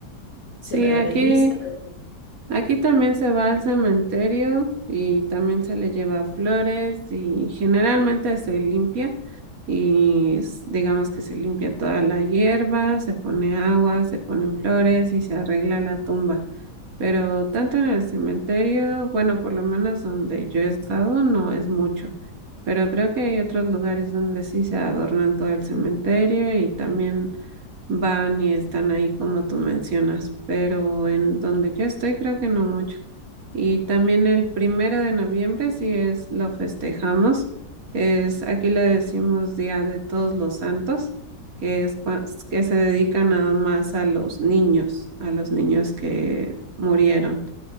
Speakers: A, on the left; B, on the right.
A: separarles
B: Sí, aquí,
A: misa. para que-
B: aquí también se va al cementerio y también se le lleva flores y generalmente se limpia y s- digamos que se limpia toda la hierba, se pone agua, se ponen flores y se arregla la tumba. Pero tanto en el cementerio, bueno, por lo menos donde yo he estado, no es mucho. Pero creo que hay otros lugares donde sí se adornan todo el cementerio y también van y están ahí como tú mencionas, pero en donde yo estoy creo que no mucho. Y también el primero de noviembre, si es lo festejamos, es aquí le decimos Día de Todos los Santos, que es cua- que se dedica nada más a los niños, a los niños que murieron